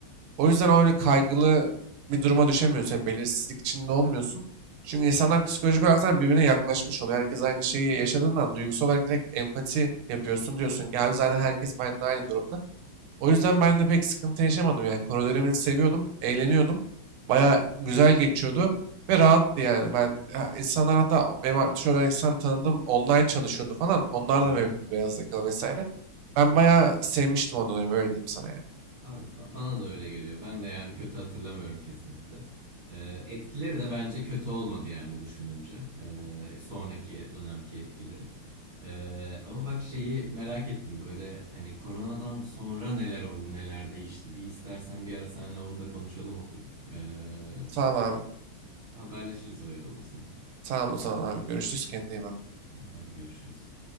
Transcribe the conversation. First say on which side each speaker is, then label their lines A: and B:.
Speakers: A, on the right; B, on the right.
A: O yüzden öyle kaygılı bir duruma düşemiyorsun. yani belirsizlik içinde olmuyorsun. Çünkü insanlar psikolojik olarak da birbirine yaklaşmış oluyor. Herkes aynı şeyi yaşadığından duygusal olarak direkt empati yapıyorsun diyorsun. Gel zaten herkes benimle aynı durumda. O yüzden ben de pek sıkıntı yaşamadım. Yani korona dönemini seviyordum, eğleniyordum. Bayağı güzel geçiyordu ve rahattı yani. Ben ha, insanlar hatta benim ar- insan tanıdım online çalışıyordu falan. Onlar
B: hı.
A: da memnun beyaz yakalı vesaire. Ben bayağı sevmiştim o dönemi öyle diyeyim sana yani.
B: Abi ba- bana da öyle geliyor. Ben de yani kötü hatırlamıyorum kesinlikle. Ee, etkileri de bence kötü olmadı yani düşününce. Ee, sonraki dönemki etkileri. Ee, ama bak şeyi merak ettim böyle hani koronadan sonra neler oldu neler değişti. Bir istersen bir ara seninle onu da konuşalım oturup. Ee,
A: Tamam abi.
B: haberleşiriz öyle olursa.
A: Tamam o zaman abi görüşürüz kendine iyi bak.
B: Tamam, Hadi görüşürüz.